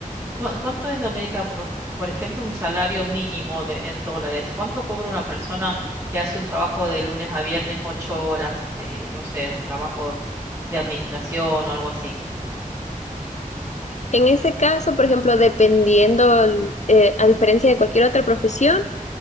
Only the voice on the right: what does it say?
¿Cu- ¿Cuánto es, Doménica, por, por ejemplo, un salario mínimo de, en dólares? ¿Cuánto cobra una persona que hace un trabajo de lunes a viernes, ocho horas, eh, no sé, un trabajo de administración o algo así?